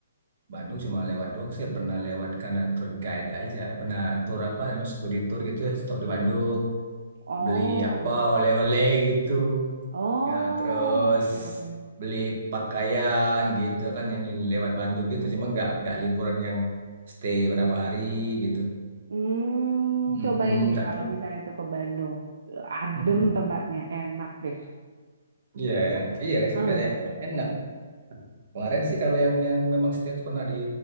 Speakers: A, on the right; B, on the right.
A: Bandung cuma lewat doang sih. Pernah lewat karena tour guide aja. Pernah tour apa namanya studi tour gitu. Stop di Bandung,
B: Oh,
A: beli apa oleh-oleh gitu.
B: oh,
A: Nah, terus
B: oke oke.
A: beli pakaian gitu kan yang lewat Bandung gitu. Cuma nggak nggak liburan yang stay berapa hari gitu.
B: Hmm,
A: Mm-mm,
B: cobain deh
A: tapi
B: kalau misalnya itu ke Bandung, adem
A: mm-mm.
B: tempatnya, enak deh.
A: Iya ya, iya
B: Heeh.
A: sih katanya enak. Kemarin sih kalau yang yang memang stay tuh pernah di